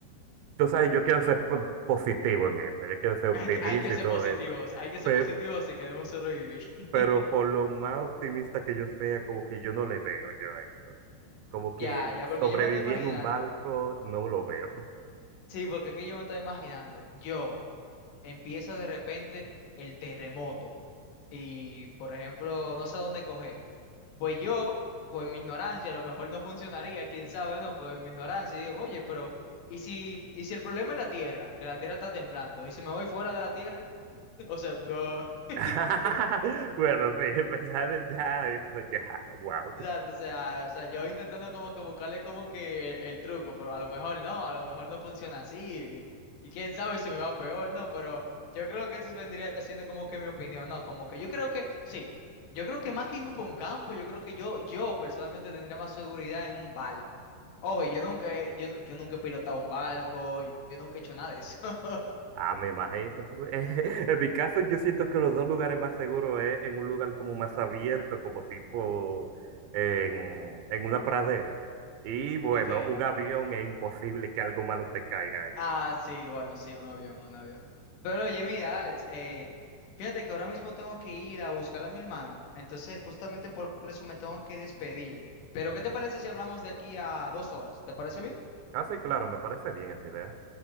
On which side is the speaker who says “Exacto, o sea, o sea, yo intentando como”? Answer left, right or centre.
Left